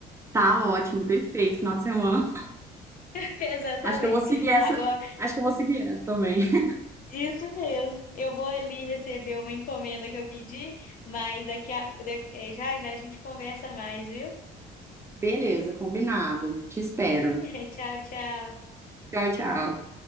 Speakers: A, on the right (about 15°); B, on the left (about 55°).
A: Tá ótimo, perfeito, final de semana.
B: <laughs> Exatamente.
A: Acho que eu vou seguir essa,
B: Agora
A: acho que eu vou seguir essa também. <laughs>
B: Isso mesmo. Eu vou ali receber uma encomenda que eu pedi, mas daqui a, da- eh, já já a gente conversa mais, viu?
A: Beleza, combinado. Te espero.
B: <laughs> Tchau, tchau.
A: Tchau, tchau.